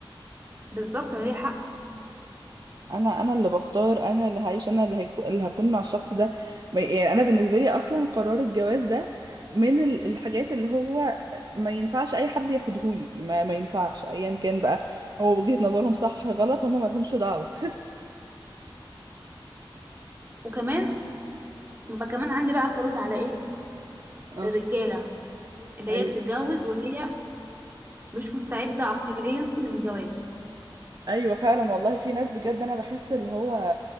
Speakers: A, on the right; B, on the right.
A: بالظبط انا ليا حق
B: انا انا اللي بختار انا اللي هعيش انا اللي, هيكو اللي هكون مع الشخص ده ما- يعني انا بالنسبه لي اصلا قرار الجواز ده من ال- الحاجات اللي هو ما ينفعش اي حد ياخدهولي ما, ما ينفعش ايا كان بقى هو وجهة نظرهم صح غلط هم ما لهمش دعوه <laughs>
A: وكمان ببقى كمان عندي بقى اعتراض على ايه
B: اه
A: الرجاله اللي
B: ايوه
A: هي بتتجوز وهي مش مستعده عقليا للجواز
B: ايوه فعلا والله في ناس بجد انا بحس اللي هو